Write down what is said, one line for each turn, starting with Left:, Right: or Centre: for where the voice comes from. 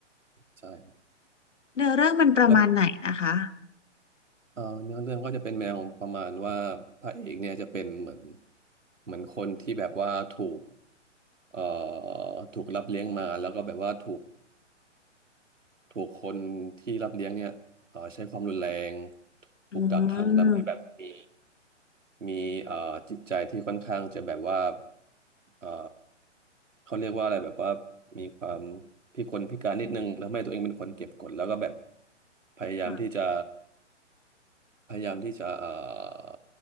Right: ใช่ครับ
Left: เนื้อเรื่องมันประมาณไหนนะคะ
Right: แล้วเอ่อเนื้อเรื่องก็จะเป็นแนวประมาณว่าพระเอกเนี่ยจะเป็นเหมือนเหมือนคนที่แบบว่าถูกเอ่อถูกรับเลี้ยงมาแล้วก็แบบว่าถูกถูกคนที่รับเลี้ยงเนี่ยเอ่อใช้ความรุนแรงถูกกักขังทำให้แบบมี
Left: อืม
Right: มีเอ่อจิตใจที่ค่อนข้างจะแบบว่าเอ่อเขาเรียกว่าอะไรแบบว่ามีความพิกลพิการนิดนึงทำให้ตัวเองเป็นคนเก็บกดแล้วก็แบบพยายามที่จะ
Left: ค่ะ
Right: พยายามที่จะเอ่อ